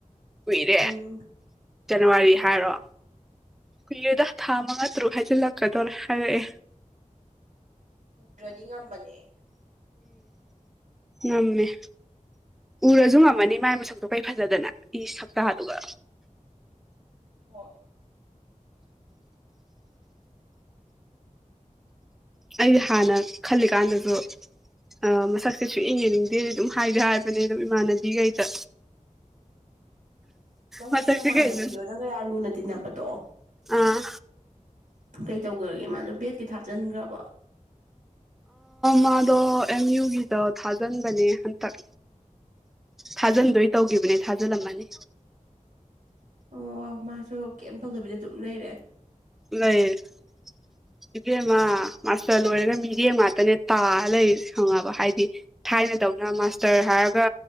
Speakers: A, in the centre; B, on the right.
A: ꯀꯨꯏꯔꯦ
B: ꯎꯝ
A: ꯖꯅꯋꯥꯔꯤ ꯍꯥꯏꯔꯣ ꯀꯨꯏꯔꯦꯗ ꯊꯥ ꯑꯠꯇ꯭ꯔꯨ ꯍꯥꯏꯖꯤ ꯂꯥꯛ ꯀꯗꯧꯔ ꯍꯥꯏꯔꯦ
B: ꯎꯗ꯭ꯔꯗꯤ ꯉꯝꯕꯅꯦ
A: ꯎꯝ ꯅꯃꯦ ꯎꯔꯁꯨ ꯉꯝꯃꯅꯤ ꯃꯥꯏ ꯃꯁꯛꯇꯣ ꯀꯔꯤ ꯐꯖꯗꯅ ꯏ ꯁꯞꯇꯥꯗꯨꯒ
B: ꯍ ꯑꯗꯨ ꯑꯗꯨ
A: ꯑꯩ ꯍꯥꯟꯅ ꯈꯜꯂꯤꯀꯥꯟꯗꯁꯨ ꯑ ꯃꯁꯛꯁꯦ ꯁꯑ ꯌꯦꯡꯅꯤꯡꯗꯦꯗꯤ ꯑꯗꯨꯝ ꯍꯥꯏꯁꯦ ꯍꯥꯏꯕꯅꯦ ꯑꯗꯨꯝ ꯏꯃꯥꯟꯅꯕꯤꯈꯩꯗ
B: ꯎ ꯅꯪ
A: ꯃꯁꯛꯁꯦ
B: ꯅꯃꯥꯟꯅꯕꯤꯗꯣ
A: ꯀꯩꯅꯣ
B: ꯅꯪꯒ ꯌꯥꯝ ꯂꯨꯅ ꯇꯤꯟꯅꯕꯗꯣ
A: ꯑꯥ
B: ꯀꯩ ꯇꯧꯈ꯭ꯔꯒꯦ ꯃꯥꯗꯣ ꯕꯦꯠ ꯀꯩ ꯊꯥꯆꯟꯈ꯭ꯔꯕ
A: ꯃꯥꯗꯣ ꯑꯦꯝ ꯌꯨꯒꯤꯗ ꯊꯥꯖꯤꯟꯕꯅꯦ ꯍꯟꯇꯛ ꯊꯥꯖꯤꯟꯗꯣꯏ ꯇꯧꯈꯤꯕꯅꯦ ꯊꯥꯖꯤꯜꯂꯝꯃꯅꯤ
B: ꯑꯣ ꯃꯥꯁꯨ ꯀꯩꯝ ꯇꯧꯗꯕꯤꯗ ꯑꯗꯨꯝ ꯂꯩꯔꯦ
A: ꯂꯩꯣꯏ ꯏꯦ
B: ꯑꯁ
A: ꯃꯥ ꯃꯥꯁꯜ ꯂꯣꯏꯔꯒ ꯃꯤꯔꯦ ꯉꯥꯛꯇꯅꯦ ꯇꯥ ꯂꯩ ꯈꯪꯉꯕ ꯍꯥꯏꯗꯤ ꯊꯥꯏꯅꯗꯧꯅ ꯃꯥꯁꯇꯔ ꯍꯥꯏꯔꯒ